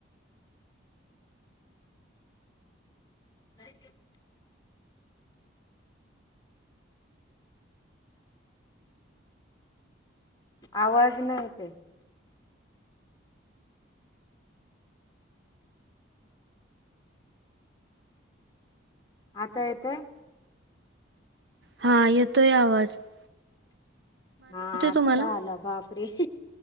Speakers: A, on the left; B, on the right.
A: नाही <inaudible> <unintelligible> आवाज नाही य ते! आता येतंय!
B: हा येतोय आवाज! !
A: हा! आता
B: तुम्हाला
A: आला बापरे! !